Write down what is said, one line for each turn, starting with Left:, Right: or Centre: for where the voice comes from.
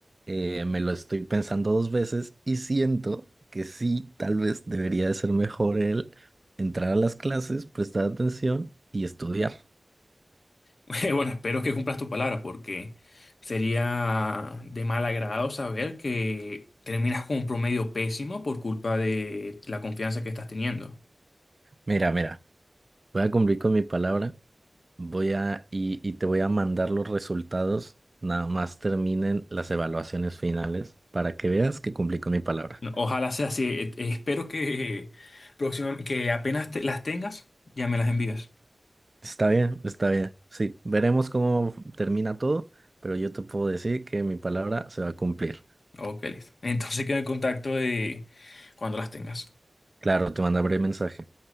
Right: eh, me lo estoy pensando dos veces y siento que sí, tal vez debería de ser mejor el entrar a las clases, prestar atención y estudiar.
Left: <laughs> Bueno, espero que cumplas tu palabra, porque sería de mal agrado saber que terminas con un promedio pésimo por culpa de la confianza que estás teniendo.
Right: Mira, mira, voy a cumplir con mi palabra. Voy a, y, y te voy a mandar los resultados, nada más terminen las evaluaciones finales para que veas que cumplí con mi palabra.
Left: No, Ojalá sea así. Eh, eh, Espero que, próxima, que apenas te- las tengas, ya me las envías.
Right: Está bien, está bien. Sí, veremos cómo termina todo, pero yo te puedo decir que mi palabra se va a cumplir.
Left: Ok, listo. Entonces quedo en contacto de cuando las tengas.
Right: Claro, te mandaré mensaje.